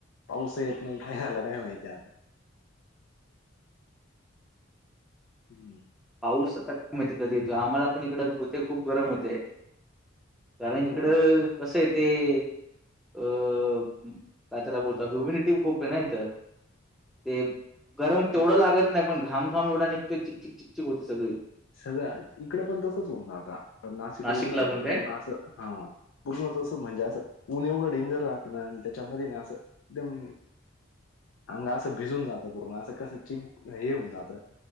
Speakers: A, on the left; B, in the centre.
A: पाऊस येत नाही का मला काय माहिती आता. <inaudible>
B: पाऊस आता काय माहिती कधी येतो आम्हाला पण इकडं होते खूप गरम होते. कारण इकडं
A: हो ना.
B: कसं आहे. ते अ काय त्याला बोलतो ह्युमिनिटी खूप आहे ना इथं ते गरम तेवढं
A: ते
B: लागत नाही पण घाम घाम एवढा निघतोय चिकचिक चिकचिक होते सगळी
A: सगळ्या इकड पण तसच हो आता पण नाशिक
B: नाशिकला
A: रोडला आहे ना
B: पण काय?
A: पूर्ण असं हा पूर्ण तस म्हणजे असं ऊन एवढं डेंजर राहत ना त्याच्यामध्ये ना असं एकदम अंगा असं भिजून जात पूर्ण असं कस चिं होऊन जात